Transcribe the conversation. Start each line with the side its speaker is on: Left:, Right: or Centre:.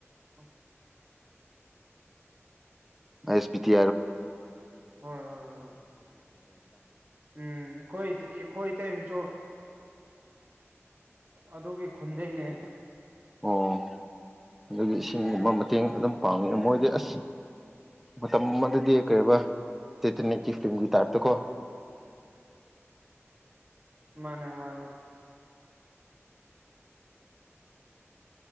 Right: ꯎꯝ
Centre: ꯥꯑꯥꯏ ꯑꯦꯁ ꯕꯤ ꯇꯤ
Right: ꯍꯣꯏ ꯍꯣꯏ ꯍꯣꯏ ꯎꯝ ꯃꯈꯣꯏ ꯈꯣꯏ ꯏꯇꯩꯃꯁꯨ ꯑꯗꯨꯒꯤ ꯈꯨꯟꯗꯩꯅꯦ
Centre: ꯑꯣ ꯑꯗꯨꯒꯤ ꯏꯁꯤꯡꯒꯨꯝꯕ ꯃꯇꯦꯡ ꯑꯗꯨꯝ ꯄꯥꯡꯉꯤ ꯃꯣꯏꯗꯤ ꯑꯁ ꯃꯇꯝ ꯑꯗꯨꯗꯤ ꯀꯩꯌꯦꯕ ꯇꯦꯇꯅꯤꯀꯤ ꯐꯤꯂꯝꯒꯤ ꯇꯥꯏꯞꯇꯀꯣ
Right: ꯃꯥꯅꯦ ꯃꯥꯅꯦ